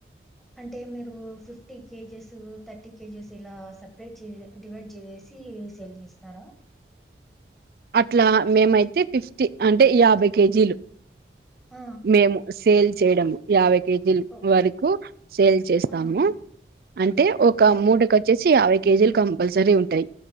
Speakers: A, in the centre; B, on the right.
A: అంటే మీరు ఫిఫ్టీ కేజెస్, థర్టీ కేజెస్ ఇలా సపరేట్ చే డివైడ్ చే సీ సేలింగ్ చేస్తారా?
B: అట్లా మేమైతే ఫిఫ్టీ అంటే యాభై కేజీలు
A: అ
B: మేము సేల్ చేయడము యాబై కేజీల్
A: ఓహ్!
B: వరకు సేల్ చేస్తాము.
A: ఆ! ఆ!
B: అంటే ఒక
A: ఓకే.
B: మూడుకొచ్చేసి యావై కేజీలు కంపల్సరీ ఉంటాయి